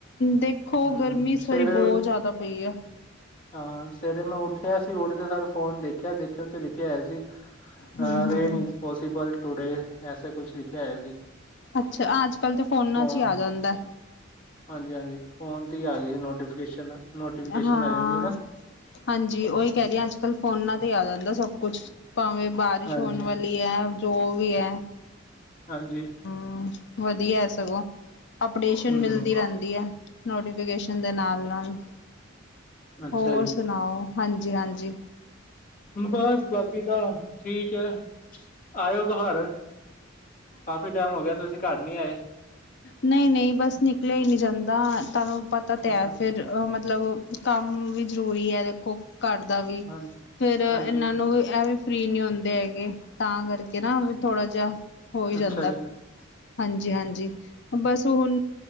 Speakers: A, on the left; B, on the left.
A: ਦੇਖੋ,
B: ਹੂੰ
A: ਗਰਮੀ ਇਸ
B: ਸਵੇਰੇ
A: ਵਾਰੀ ਬੋਤ ਜਾਦਾ ਪਈ ਏ।
B: ਹਾਂ ਸਵੇਰੇ ਮੈਂ ਉਠਿਆ ਸੀ ਉਠਦੇ ਸਾਰ ਫੋਨ ਦੇਖਿਆ ਦੇਖਿਆ ਉਥੇ ਲਿਖਿਆ ਹੋਇਆ ਸੀ। ਅ
A: ਹੂੰ hmm
B: rain
A: hmm
B: is possible today, ਐਸੇ ਕੁਛ ਲਿਖ ਹੇ ਸੀ
A: ਅੱਛਾ ਅੱਜ ਕੱਲ੍ਹ ਤਾਂ ਫੋਨਾਂ
B: ਹਾ।
A: 'ਚ ਹੀ ਆ ਜਾਂਦਾ
B: ਹਾਂਜੀ-ਹਾਂਜੀ, ਫੋਨ ਤੇ ਆ ਗਈ ਨੋਟੀਫਿਕੇਸ਼ਨ, ਨੋਟੀਫਿਕੇਸ਼ਨ
A: ਹਾਂ
B: ਆ ਜਾਂਦੀ ਏ ਨਾ।
A: ਹਾਂਜੀ ਉਹੀ ਕਹ ਰਈ ਆ, ਅੱਜ ਕੱਲ ਫੋਨਾ ਤੇ ਆ ਜਾਂਦਾ ਏ ਸਭ ਕੁਛ, ਭਾਵੇਂ ਬਾਰਿਸ਼
B: ਹਾਂਜੀ।
A: ਹੋਣ ਵਾਲੀ ਐ, ਜੋ ਵੀ ਐ।
B: ਹਾਂਜੀ।
A: ਹੂ, ਵਧੀਆ ਐ ਸਗੋ। ਅਪਡੇਸ਼ਨ
B: ਹੂੰ-ਹੂੰ
A: ਮਿਲਦੀ ਰਹਿੰਦੀ ਹੈ ਨੋਟੀਫਿਕੇਸ਼ਨ ਦੇ ਨਾਲ-ਨਾਲ
B: ਅੱਛਾ
A: ਹੋਰ
B: ਜੀ
A: ਸੁਣਾਓ? ਹਾਂਜੀ-ਹਾਂਜੀ।
B: ਬਸ ਬਾਕੀ ਤਾਂ ਠੀਕ ਹੈ। ਆਇਓ ਘਰ, ਕਾਫੀ ਟਾਈਮ ਹੋ ਗਿਆ, ਤੁਸੀਂ ਘਰ ਨੀ ਆਏ?
A: ਨਈ-ਨਈ, ਬਸ ਨਿਕਲਿਆ ਈ ਨਈ ਜਾਂਦਾ, ਤੁਹਾਨੂੰ ਪਤਾ ਤੇ
B: ਅੱਛਾ
A: ਹੈ ਫਿਰ ਅਹ ਮਤ ਮਤਲਬ ਕੰਮ ਵੀ ਜ਼ਰੂਰੀ ਏ ਦੇਖੋ। ਘਰ ਦਾ ਵੀ
B: ਹਾਂਜੀ।
A: ਫੇਰ
B: ਹਾਂਜੀ
A: ਇੰਨਾ ਨੂੰ ਵੀ ਏਹ ਵੀ ਫਰੀ ਨੀ ਹੁੰਦੇ ਹੈਗੇ। ਤਾਂ ਕਰਕੇ ਨਾ ਵੀ ਥੋੜਾ ਜਿਹਾ ਹੋ ਹੀ
B: ਅੱਛਾ
A: ਜਾਂਦਾ
B: ਜੀ
A: ਹਾਂਜੀ ਹਾਂਜੀ। ਬਸ ਹੁਣ